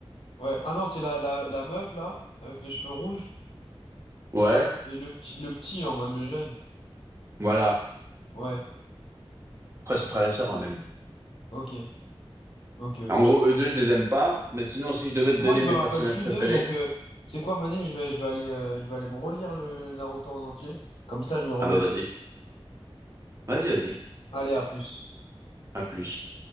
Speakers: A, on the left; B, on the right.
A: Ouais. Ah non, c'est la, la, la meuf, là, avec les cheveux rouges.
B: Ouais,
A: Et le petit, le petit, en mode le jeune.
B: voilà.
A: Ouais.
B: Après, son frère et sœur, hein, même.
A: Ok. Ok, ok.
B: En gros, eux deux, je les aime pas. Mais sinon, si je devais te
A: Moi,
B: donner
A: je me
B: mes
A: rappelle
B: personnages
A: plus
B: préférés,
A: d'eux, donc... euh, c'est quoi, Mané? Je vais, je vais aller, euh, je vais aller me relire le, le Naruto en entier. Comme ça, je me remets.
B: Ah bah vas-y. Vas-y, vas-y.
A: Allez, à plus.
B: À plus.